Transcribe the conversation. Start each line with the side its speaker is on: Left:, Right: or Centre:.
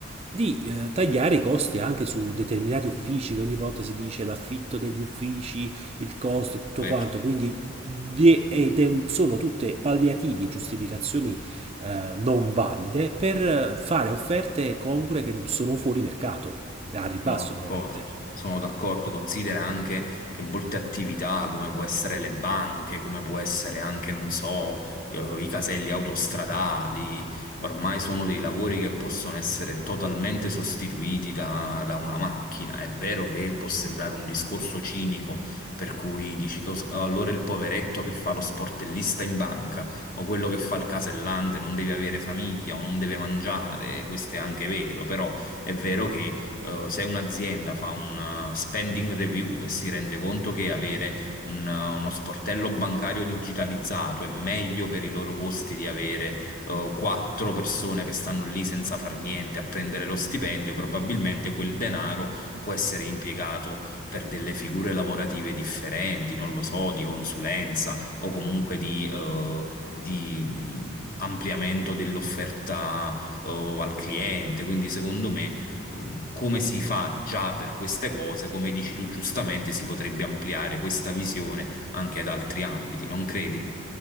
Right: di eh, tagliare i costi anche su determinati uffici, che ogni volta si dice l'affitto degli uffici, il costo e tutto
Left: Vero.
Right: quanto, quindi vi- ed è un- sono tutte palliativi e giustificazioni eh, non valide per fare offerte congrue che sono fuori mercato, al ribasso
Left: Sono d'accordo,
Right: ovviamente.
Left: sono d'accordo. Considera anche che molte attività, come può essere le banche, come può essere anche, non so, eh, i caselli autostradali, ormai sono dei lavori che possono essere totalmente sostituiti da, da una macchina. È vero che può sembrare un discorso cinico, per cui dici "Cos- allora il poveretto che fa lo sportellista in banca o quello che fa il casellante non deve avere famiglia o non deve mangiare, questo è anche vero, però è vero che eh, se un'azienda fa una spending review e si rende conto che avere un- eh, uno sportello bancario digitalizzato è meglio per i loro costi di avere eh, quattro persone che stanno lì senza far niente a prendere lo stipendio, probabilmente quel denaro può essere impiegato per delle figure lavorative differenti, non lo so, di consulenza o comunque di, eh, di, mh, ampliamento dell'offerta, eh, al cliente. Quindi, secondo me um, come si fa già per queste cose, come dici tu giustamente, si potrebbe ampliare questa visione anche ad altri ambiti, non credi?